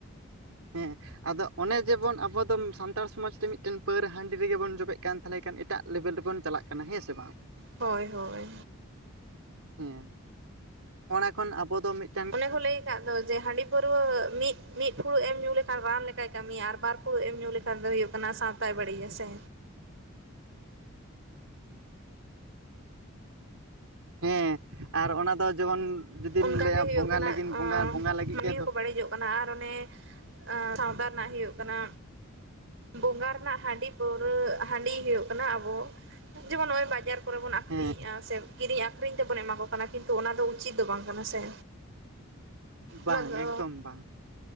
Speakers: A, on the right (about 80°); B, on the right (about 60°).
A: ᱦᱮᱸ᱾ ᱟᱫᱚ ᱚᱱᱮ ᱡᱮᱵᱚᱱ ᱟᱵᱚ ᱫᱚᱢ ᱥᱟᱱᱛᱟᱲ ᱥᱚᱢᱟᱡᱽ ᱨᱮ ᱢᱤᱫᱴᱮᱱ ᱯᱟᱹᱣᱨᱟᱹ ᱦᱟᱺᱰᱤ ᱨᱮᱜᱮ ᱵᱚᱱ ᱡᱚᱵᱮᱜ ᱠᱟᱱ ᱛᱟᱦᱞᱮ ᱠᱷᱟᱱ ᱮᱴᱟᱜ ᱞᱮᱵᱮᱞ ᱨᱮᱵᱚᱱ ᱪᱟᱞᱟᱜ ᱠᱟᱱᱟ, ᱦᱮᱸ ᱥᱮ ᱵᱟᱝ?
B: ᱦᱳᱭ ᱦᱳᱭ᱾
A: ᱦᱮᱸ, ᱚᱱᱟ ᱠᱷᱚᱱ ᱟᱵᱚ ᱫᱚ ᱢᱤᱫ
B: ᱚᱱᱮ ᱠᱚ ᱞᱟᱹᱭ ᱟᱠᱟᱫ ᱫᱚ ᱡᱮ ᱦᱟᱺᱰᱤ ᱯᱟᱹᱨᱣᱟᱹ ᱢᱤᱫ ᱢᱤᱫ ᱯᱷᱩᱲᱩᱜ ᱮᱢ ᱧᱩ ᱞᱮᱠᱷᱟᱱ ᱨᱟᱱ ᱞᱮᱠᱟᱭ ᱠᱟᱹᱢᱤᱭᱟ ᱟᱨ ᱵᱟᱨ ᱯᱩᱷᱲᱩᱜ ᱮᱢ ᱧᱩ ᱞᱮᱠᱷᱟᱱ ᱫᱚ ᱦᱩᱭᱩᱜ ᱠᱟᱱᱟ ᱥᱟᱶᱛᱟᱭ ᱵᱟᱲᱤᱡᱟ ᱥᱮ᱾
A: ᱦᱮᱸ ᱟᱨ ᱚᱱᱟ ᱫᱚ ᱡᱮᱢᱚᱱ ᱡᱩᱫᱤᱢ
B: ᱚᱱᱠᱟ
A: ᱞᱟᱹᱭᱟ
B: ᱜᱮ ᱦᱳᱭᱳᱜ
A: ᱵᱚᱸᱜᱟ
B: ᱠᱟᱱᱟ,
A: ᱞᱟᱹᱜᱤᱫ ᱵᱚᱸᱜᱟ
B: ᱚᱸ
A: ᱵᱚᱸᱜᱟ ᱞᱟᱹᱜᱤᱫ
B: ᱢᱟᱱᱢᱤ
A: ᱜᱮ
B: ᱦᱚᱸᱠᱚ
A: ᱫᱚ
B: ᱵᱟᱹᱲᱤᱡᱚᱜ ᱠᱟᱱᱟ ᱟᱨ ᱚᱱᱮ ᱥᱟᱶᱛᱟ ᱨᱮᱱᱟᱜ ᱦᱳᱭᱳᱜ ᱠᱟᱱᱟ ᱵᱚᱸᱜᱟ ᱨᱮᱱᱟᱜ ᱦᱟᱺᱰᱤ ᱯᱟᱹᱣᱨᱟᱹ, ᱦᱟᱺᱰᱤ ᱦᱩᱭᱩᱜ ᱠᱟᱱᱟ ᱟᱵᱚ ᱡᱮᱢᱚᱱ ᱱᱚᱜᱼᱚᱭ ᱵᱟ ᱡᱟᱨ ᱠᱚᱨᱮ ᱵᱚᱱ ᱟᱠᱠᱷᱨᱤᱧᱮᱫᱼᱟ
A: ᱦᱮᱸ
B: ᱥᱮ ᱠᱤᱨᱤᱧ ᱟᱠᱷᱨᱤᱧ ᱛᱮᱵᱚᱱ ᱮᱢᱟ ᱠᱚ ᱠᱟᱱᱟ, ᱠᱤᱱᱛᱩ ᱚᱱᱟ ᱫᱚ ᱩᱪᱤᱛ ᱫᱚ ᱵᱟᱝ ᱠᱟᱱᱟ ᱥᱮ,
A: ᱵᱟᱝ
B: ᱚᱱᱟ ᱫᱚ
A: ᱮᱠᱫᱚᱢ ᱵᱟᱝ